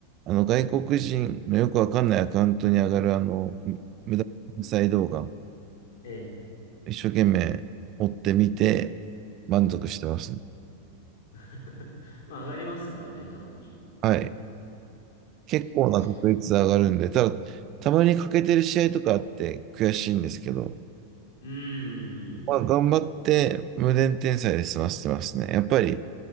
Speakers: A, on the right; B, on the left.
A: あの、外国人のよくわかんないアカウントに上がる、あの、無駄な再動画、
B: え、ええ。
A: 一生懸命追ってみて、満足してます、ね。
B: <laughs> まあ、上がりますからね、たまに。
A: はい。
B: 確かに、
A: 結構な確率で上がるんで、
B: 確かに。
A: ただ、たまに欠けてる試合とかあって悔しいんですけど、
B: うーん。
A: まあ、頑張って無限転載で済ませてますね。やっぱり